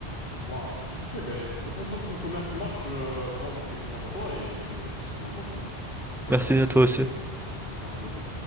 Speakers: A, on the left (about 55°); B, in the centre.
A: Waouh. Ok, ben, de toute façon, tant que ton commerce il marche, euh, tu vois, moi je serai content pour toi et puis euh, je te souhaite bonne chance hein, pour
B: merci
A: la suite.
B: à toi aussi.
A: Merci beaucoup.